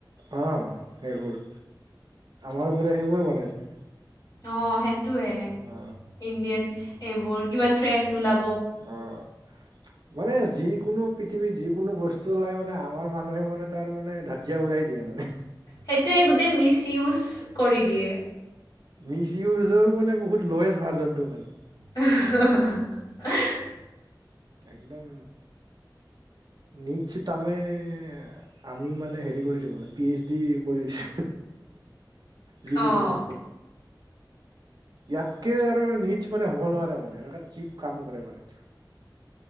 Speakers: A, on the right; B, on the left.
A: অঁ সেইবোৰ আমাৰ বোৰে সেইবোৰ বনাইছে।
B: অ সেইটোৱে,
A: অ
B: ইণ্ডিয়ান এইবোৰ কিবা ট্ৰেণ্ড ওলা
A: অঁ। মানে যি কোনো পৃথিৱীত যি কোনো বস্তু ওলাই মানে আমাৰ মানুহে মানে তাৰ মানে ধা যিয়া উৰাই দিয়ে মানে।
B: সেইটোৱে গোটেই মিছ ইউজ কৰি দিয়ে
A: মিছ ইউজৰ মানে বহুত ল'য়েষ্ট ভাৰ্জনটো মানে।
B: <inaudible>
A: একদম নি <unintelligible> আমি মানে হেৰি কৰিছোঁ মানে পি এইচ ডি কৰিছোঁ যিকোনো
B: অ',
A: বস্তুত ইয়াতকে আৰু নিজ মানে হ'ব নোৱাৰে মানে এনেকুৱে চিপ কাম কৰে মানে